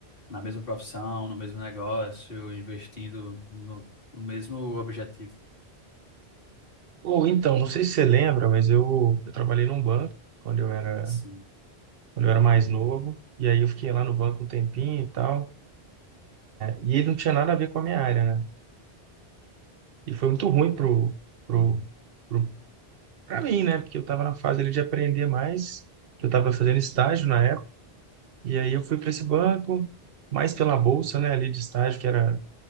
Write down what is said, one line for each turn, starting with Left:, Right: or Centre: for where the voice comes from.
Left: na mesma profissão, no mesmo negócio, investindo no, no mesmo objetivo?
Right: Ou então, não sei se você lembra, mas eu, eu trabalhei num banco quando eu era,
Left: Sim.
Right: quando eu era mais novo. E aí eu fiquei lá no banco um tempinho e tal. E ele não tinha nada a ver com a minha área, né? E foi muito ruim pro, pro, pro, pra mim, né? Porque eu estava na fase ali de aprender mais. que Eu estava fazendo estágio na época. E aí eu fui para esse banco, mais pela bolsa, né? Ali de estágio, que era